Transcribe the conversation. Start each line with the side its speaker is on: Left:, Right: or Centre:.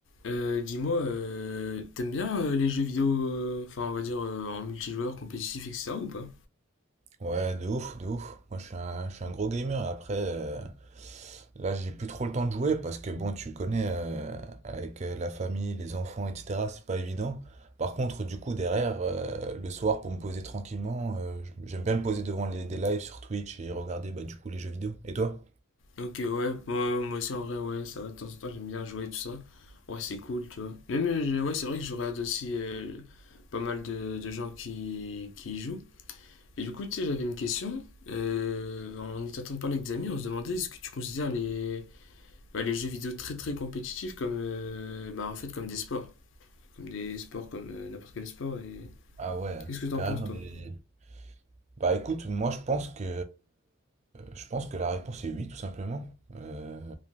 Left: Euh, dis-moi, euh, t'aimes bien euh, les jeux vidéo, euh, enfin on va dire euh, en multijoueur, compétitif, et etc. ou pas?
Right: Ouais, de ouf, de ouf. Moi, je suis un, je suis un gros gamer. Après, euh, là, j'ai plus trop le temps de jouer parce que, bon, tu connais, euh, avec euh, la famille, les enfants, etc., c'est pas évident. Par contre, du coup, derrière, euh, le soir, pour me poser tranquillement, euh, j'aime bien me poser devant les, des lives sur Twitch et regarder, bah, du coup, les jeux vidéo. Et toi?
Left: Ok, ouais, moi, moi aussi en vrai, ouais, ça va, de temps en temps j'aime bien jouer, tout ça. Ouais, c'est cool, tu vois. Même, euh, je- ouais, c'est vrai que je regarde aussi euh, pas mal de, de gens qui, qui y jouent. Et du coup, tu sais, j'avais une question. Euh, en étant en train de parler avec des amis, on se demandait est-ce que tu considères les, bah, les jeux vidéo très très compétitifs comme, euh, bah, en fait, comme des sports. Comme des sports, comme euh, n'importe quel sport. Et
Right: Ah ouais,
Left: qu'est-ce que t'en
Right: carrément
Left: penses, toi?
Right: des... Bah écoute, moi je pense que je pense que la réponse est oui, tout simplement. Euh,